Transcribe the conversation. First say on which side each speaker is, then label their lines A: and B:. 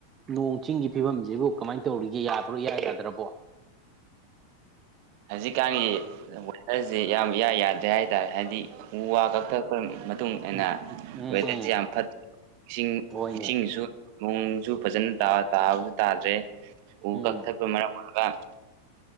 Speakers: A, on the right (about 25°); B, on the right (about 45°).
A: ꯅꯣꯡ ꯆꯤꯡꯒꯤ ꯐꯤꯕꯝꯖꯤꯕꯨ ꯀꯃꯥꯏꯅ ꯇꯧꯔꯤꯒꯦ ꯌꯥꯕ꯭ꯔꯣ ꯏꯌꯥ ꯌꯥꯗ꯭ꯔꯕꯣ
B: ꯍꯧꯖꯤꯛꯀꯥꯟꯒꯤ ꯋꯦꯗ꯭ꯔꯖꯤ ꯌꯥꯝ ꯏꯌꯥ ꯌꯥꯗ꯭ꯔꯦ ꯍꯥꯏꯇꯥꯔꯦ ꯍꯥꯏꯗꯤ ꯎ ꯋꯥ ꯀꯛꯊ ꯃꯇꯨꯡ ꯑꯟꯅ
A: ꯎꯝ ꯎꯝ
B: ꯋꯦꯗꯔꯁꯦ
A: ꯎꯝ
B: ꯌꯥꯝ ꯐꯠꯇꯦ ꯏꯁꯤꯡ
A: ꯍꯣꯏꯅꯦ
B: ꯏꯁꯤꯡꯁꯨ ꯅꯨꯡꯖꯨ ꯐꯖꯅ ꯇꯥꯕꯁꯨ ꯇꯥꯗ꯭ꯔꯦ ꯎ
A: ꯎꯝ
B: ꯀꯛꯊꯠꯄ ꯃꯔꯝ ꯑꯣꯏꯔꯒ